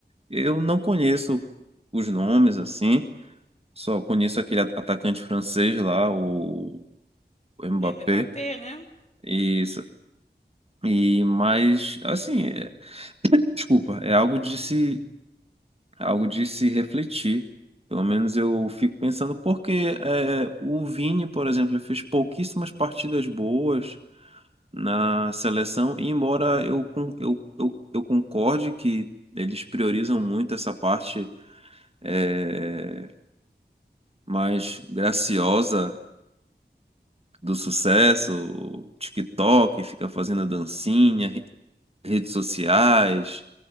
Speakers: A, on the right; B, on the left.
A: Eu não conheço os nomes assim, só conheço aquele at- atacante francês lá, o Mbappé.
B: Mbappé, né?
A: E e mas assim, é- desculpa, é algo de
B: Uhum.
A: se algo de se refletir. Pelo menos eu fico pensando porque é, o Vini, por exemplo, ele fez pouquíssimas partidas boas na seleção, e embora eu, con- eu, eu, eu concorde que eles priorizam muito essa parte é, mais graciosa do sucesso, TikTok, fica fazendo dancinha, re- redes sociais